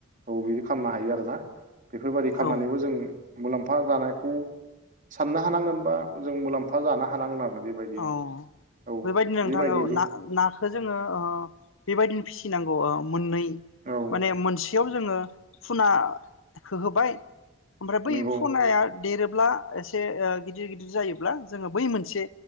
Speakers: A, on the right (about 40°); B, on the left (about 75°).
A: औ बिदि खामनो हायो आरो ना। बेफोरबायदि खालामनानैबो
B: औ
A: जोङो मुलाम्फा जानायखौ साननो हानांगोन बा जों मुलाम्फा जानो हानांगोन आरो। बेबायदिनो
B: औ
A: औ
B: बेबायदिनो नोंथां
A: बेबायदिबो
B: औ ना-नाखौ जोङो ओं बेबायदिनो फिसिनांगौ ओ मोननै
A: औ
B: माने मोनसेयाव जोङो फुना हो-होबाय ओमफ्राय बै
A: नंगौ
B: फुनाया देरोब्ला एसे ओं गिदिर गिदिर जायोब्ला जोङो बै मोनसे